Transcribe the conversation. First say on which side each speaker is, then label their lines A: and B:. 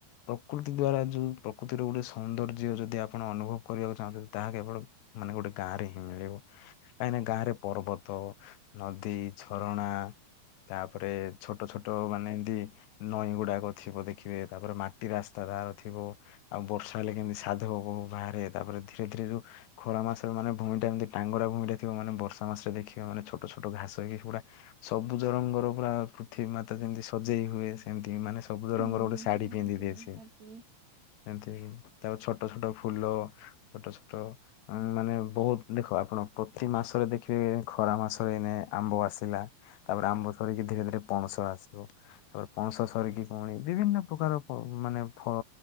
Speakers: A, on the left; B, on the right.
A: ପ୍ରକୃତି ଦ୍ଵାରା ଯୋଉ ପ୍ରକୃତିର ଗୋଟେ ସୌନ୍ଦର୍ଯ୍ୟ ଯଦି ଆପଣ ଅନୁଭବ କରିବାକୁ ଚାହୁଁଛନ୍ତି ତାହା କେବଳ ମାନେ ଗୋଟେ ଗାଁରେ ହିଁ ମିଳିବ। କାହିଁକି ନା ଗାଁରେ ପର୍ବତ ନଦୀ ଝରଣା ତାପରେ ଛୋଟ ଛୋଟ ମାନେ ଏମତି ନଈ ଗୁଡାକ ଥିବ ଦେଖିବେ ତାପରେ ମାଟି ରାସ୍ତା ତାର ଥିବ। ଆଉ ବର୍ଷା ହେଲେ କେମିତି ସାଧବବୋହୁ ବାହାରେ ତାପରେ ଧୀରେ ଧୀରେ ର ଖରା ମାସରେ ମାନେ ଭୂମି ଟା ଏମତି ଟାଙ୍ଗରା ଭୂଇଁରେ ଥିବ ମାନେ ବର୍ଷା ମାସରେ ଦେଖିବ ମାନେ ଛୋଟ ଛୋଟ ଘାସ ହେଇକି ପୁରା ସବୁଜ ରଙ୍ଗର ପୁରା ପୃଥିବୀ ମାତା ଯେମିତି ସଜେଇ ହୁଏ ସେମତି ମାନେ ସବୁଜ
B: ହୁଁ
A: ରଙ୍ଗର ଗୋଟେ ଶାଢୀ
B: ନିହାତି
A: ପିନ୍ଧି ଦିଏ
B: ନିହାତି
A: ସେ। ଏମତି ତାଉପରେ ଛୋଟ ଛୋଟ ଫୁଲ ଛୋଟ ଛୋଟ ମାନେ ବହୁତ ଦେଖ ଆପଣ ପ୍ରତି ମାସରେ ଦେଖିବେ ଖରା ମାସରେ ଏନେ ଆମ୍ବ ଆସିଲା। ତାପରେ ଆମ୍ବ ସରିକି ଧୀରେ ଧୀରେ ପଣସ ଆସିବ। ତାପରେ ପଣସ ସରିକି ପୁଣି ବିଭିନ୍ନ ପ୍ରକାର ପ ମାନେ ଫଳ